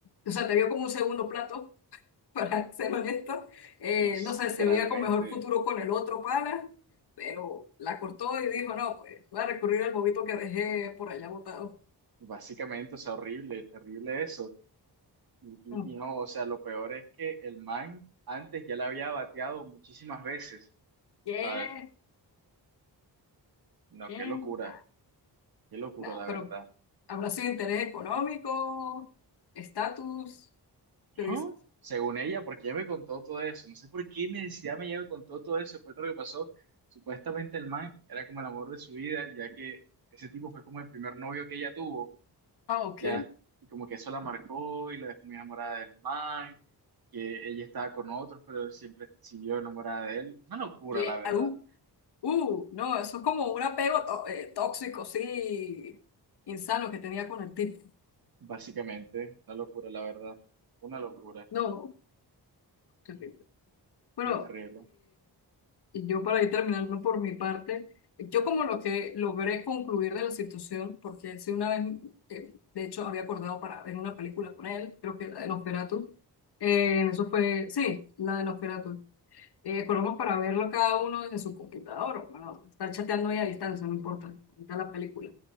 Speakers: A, on the left; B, on the right.
A: o sea, te vio como un segundo plato. <laughs> para ser honesto. Eh,
B: No sé,
A: no sé,
B: literalmente,
A: se veía con mejor futuro con el otro pana, pero la cortó y dijo, no, pues voy a recurrir al bobito que dejé por allá botado.
B: básicamente, o sea, horrible, terrible eso. Y,
A: Mm,
B: y- y no, o sea, lo peor es que el man antes ya la había bateado muchísimas veces,
A: ¿Qué?
B: ¿sabes? No,
A: ¿Qué?
B: qué locura,
A: Ah,
B: qué locura,
A: no,
B: la
A: pero
B: verdad.
A: habrá sido interés económico, estatus,
B: Ajá,
A: ¿qué dices?
B: Según ella, porque ella me contó todo eso. No sé por qué necesidad me llegó con todo, todo eso. Después de lo que pasó, supuestamente el man era como el amor de su vida, ya que ese tipo fue como el primer novio que ella tuvo,
A: Ah, ok.
B: ya. Y como que eso la marcó y la dejó muy enamorada del man, que ella estaba con otros, pero siempre siguió enamorada de él. Una locura,
A: ¿Qué?
B: la verdad.
A: Ah, uh, uh, no, eso es como un apego tó- eh, tóxico, sí, insano que tenía con el tipo.
B: Básicamente, una locura, la verdad. Una locura.
A: No, terrible. Bueno,
B: Muy terrible.
A: Y yo para ir terminando por mi parte, yo como lo que logré concluir de la situación, porque él sí una vez, eh, de hecho, había acordado para ver una película con él, creo que la de Nosferatu, eh, eso fue, sí, la de Nosferatu. Eh, colocamos para verlo cada uno desde su computadora. Bueno, estar chateando ahí a distancia, no importa. Ahí está la película.